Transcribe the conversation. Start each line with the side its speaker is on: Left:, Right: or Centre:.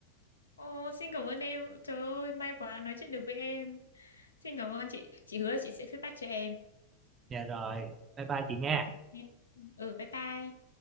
Left: Ồ, xin cảm ơn em. Trời ơi, may quá nói chuyện được với em. Xin cảm ơn chị. Chị hứa là chị sẽ feedback cho em.
Right: dạ rồi bye bye chị nha
Left: Cảm ơn em. Ừ, bye bye.